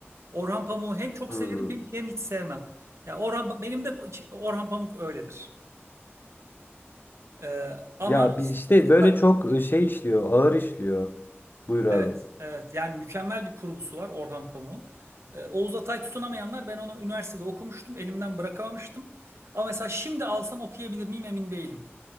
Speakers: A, on the right (about 85°); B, on the left (about 50°).
A: Orhan Pamuk'u hem çok
B: Hmm.
A: severim hem hem hiç sevmem. Ya Orhan Pa- benim de iç- Orhan Pamuk öyledir. Ee, ama
B: Ya bir
A: işte
B: işte böyle
A: bak
B: çok şey işliyor, ağır işliyor. Buyur abi.
A: evet evet yani mükemmel bir kurgusu var Orhan Pamuk'un. Ee, Oğuz Atay Tutunamayanlar ben onu üniversitede okumuştum. Elimden bırakamamıştım. Ama mesela şimdi alsam okuyabilir miyim emin değilim.